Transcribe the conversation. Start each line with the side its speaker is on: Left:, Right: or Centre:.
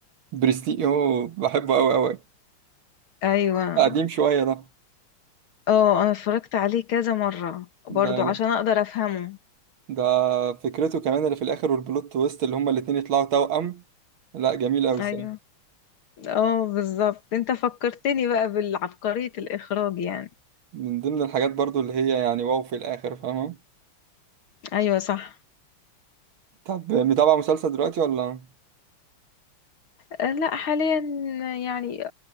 Right: برستيج اوه بحبه قوي قوي
Left: ايوه
Right: قديم شويه ده
Left: اه انا اتفرجت عليه كذا مرة برضو
Right: ده
Left: عشان
Right: لا
Left: اقدر افهمه
Right: ده فكرته كمان اللي في الاخر والبلوت تويست اللي هما الاتنين يطلعوا توأم لا جميل قوي الصراحه
Left: ايوه اه بالظبط انت فكرتني بقى بالعبقرية الاخراج يعني
Right: من ضمن الحاجات برضو اللي هي يعني واو في الاخر فاهمه
Left: ايوه صح
Right: طب متابع مسلسل دلوقتي ولا
Left: آه، لا حاليا يعني